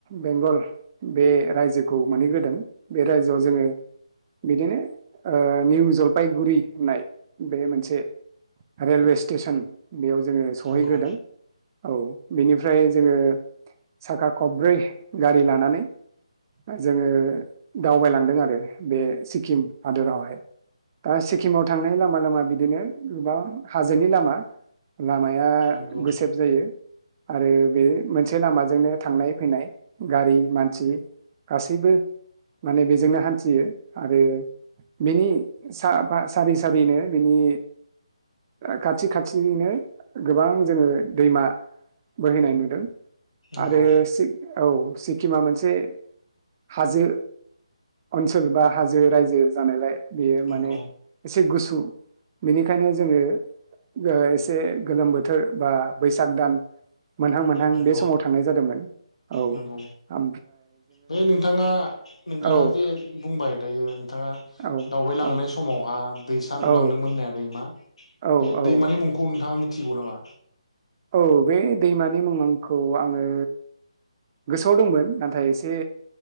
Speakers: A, on the right; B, on the left.
A: बेंगल बे रायजोखौ मोनहैग्रोदों बे रायजोआव जोङो बिदिनो ओ निउ जलफायगुरि होननाय बे मोनसे रेलवे स्टेसन बेयाव जोङो सहैग्रोदों
B: नंगौ
A: औ बेनिफ्राय जोङो साखा खबब्रै गारि लानानै जोङो दावबायलांदों आरो बे सिक्किम हादरावहाय दा सिक्किमाव थांनाय लामा लामा बिदिनो गोबां हाजोनि लामा लामाया
B: नंगौ
A: गुसेब जायो आरो बे मोनसे लामाजोंनो थांनाय फैनाय गारि मानसि गासैबो माने बेजोंनो हान्थियो आरो बिनि साफा सारि सारिनो बिनि खाथि खाथिनिनो गोबां जोङो दैमा बोहैनाय नुदों
B: नंगौ
A: आरो सि औ सिक्किमा मोनसे हाजो ओनसोल बा हाजो रायजो जानायलाय बेयो
B: नंगौ
A: माने एसे गुसु बेनि खायनो जोङो एसे गोलोम बोथोर बा बैसाग दान मोनहां मोनहां
B: नंगौ
A: बे समाव थांनाय जादोंमोन। औ
B: नंगौ
A: आ
B: बे नोंथाङा नोंथाङा
A: औ
B: जे बुंबाय दायो नोंथाङा
A: औ
B: दावबायलांनाय
A: औ
B: समावहा दैसा
A: औ
B: नुलांदोंमोन होननाया दैमा
A: औ
B: बे
A: औ
B: दैमानि मुंखौ नोंथाङा मिथि गौ नामा
A: औ बे दैमानि मुंखौ आङो गोसोआव दंमोन नाथाय एसे